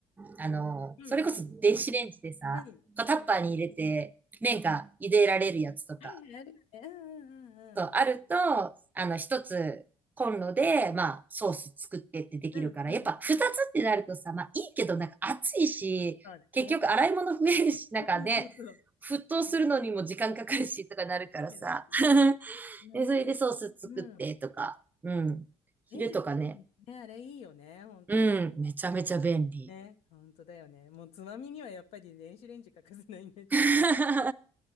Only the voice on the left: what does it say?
うん。
うん。
あるよあるよね。うんうんうんうん。
うんうんうん。
そうだね。
そうそうそう
う。うん。そう
だよね。
あのね、
うん。
もう
レンジでできるね、あれいいよね、本当に
ね。本当だよね。もうつまみにはやっぱり電子レンジ欠かせないねっていう。